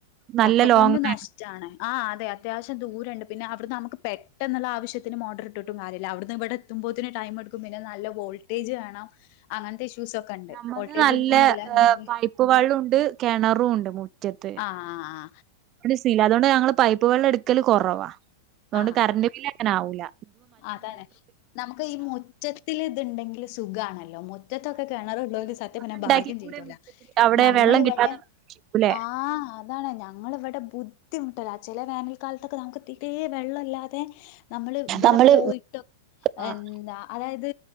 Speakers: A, on the right; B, on the left.
A: നല്ല
B: ഒക്കെക്കൊണ്ടും
A: ലോങ്ങായി
B: നഷ്ടാണ് ആ അതെ അത്യാവശ്യം ദൂരണ്ട് പിന്നെ അവിടന്ന് നമുക്ക് പെട്ടെന്നുള്ള ആശ്യത്തിന് മോട്ടർ ഇട്ട് ഇട്ടിട്ടും കാര്യല്ല അവിന്ന് ഇവിടെ എത്തുമ്പോത്തിനും ടൈം എടുക്കും പിന്നെ നല്ല വോൾട്ടേജ് വേണം അങ്ങനത്തെ ഇശ്ശു ഇഷുസ് ഒക്കെണ്ട്
A: നമ്മൾത്
B: വോൾേജ്
A: നല്ല
B: ഒന്നും ഇല്ലാഞ്ഞാല്
A: പൈപ്പ് വെള്ളോണ്ട് കെണറുണ്ട് മുറ്റത്ത്.
B: ആഹ് ആ
A: <unintelligible> അതുകൊണ്ട് ഞങ്ങള് സീനില്ല അതോണ്ട് ഞങ്ങൾ പൈപ്പ് വെള്ളം എടുക്കല് കുറവാ അതുകൊണ്ട്
B: ആ
A: കറണ്ട് ബില്ല് അങ്ങനെ ആവൂല്ല
B: അതാണ് നമക്ക് ഈ മുറ്റത്തില് ഇത്ണ്ടെങ്കിൽ സുഖാണ് മുറ്റത്തൊക്കെ കിണറ്ള്ളോല് സത്യം പറഞ്ഞ
A: ഉണ്ടാക്കി
B: ഭാഗ്യം
A: കൂടെ
B: ചെയ്തോലാ
A: മുറ്റത്തില് അവിടെ
B: നമ്മളിവിടെ
A: വെള്ളം കിട്ടാതെ വിഷമിക്കൂലേ?
B: ആഹ് അതാണ് ഞങ്ങളിവടെ ബുദ്ധിമുട്ടാണ് ബുദ്ധിമുട്ടല ചെല വേനൽക്കാലത്തൊക്കെ നമക്ക് തീരേ വെള്ളമല്ലാതെ നമ്മള് ഇവടെ
A: നമ്മള്
B: പോയിട്ടൊ
A: ആഹ്
B: എന്താ അതായത്